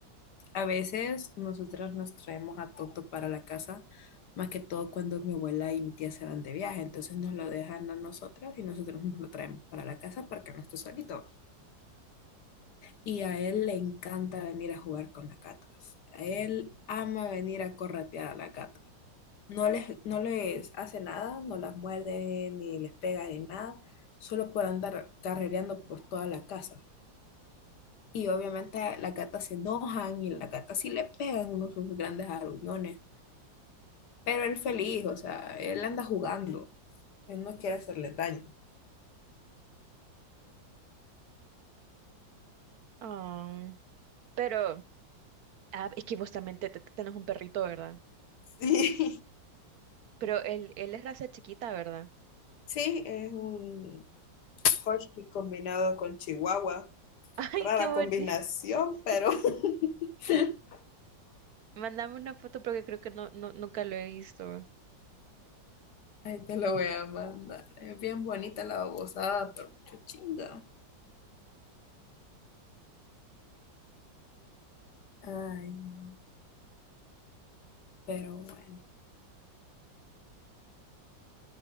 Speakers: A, on the left; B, on the right.
A: a veces nosotras nos traemos a Toto para la casa, más que todo cuando mi abuela y mi tía se van de viaje, entonces nos lo dejan a nosotras y nosotros nos lo traemos para la casa para que no esté solito. Y a él le encanta venir a jugar con las gatas. A él ama venir a corretear a las gatas. No les, no les hace nada, no las muerde, ni les pega, ni nada, solo por andar carrereando por toda la casa. Y obviamente las gatas se enojan y las gatas sí le pegan unos sus grandes arullones. Pero él feliz, o sea, él anda jugando. Él no quiere hacerle daño.
B: Ah, pero, ah, es que vos también te, te- tenés un perrito, ¿verdad?
A: Sí,
B: Pero él, él es raza chiquita, ¿verdad?
A: <laughs> sí, es un husky combinado con chihuahua.
B: <laughs> Ay,
A: Rara
B: qué bonito.
A: combinación,
B: <laughs>
A: pero <laughs>
B: mándame una foto porque creo que no, no, nunca lo he visto.
A: Ahí te lo voy a mandar. Es bien bonita la babosada, pero mucho chinga. Ay, no. Pero bueno.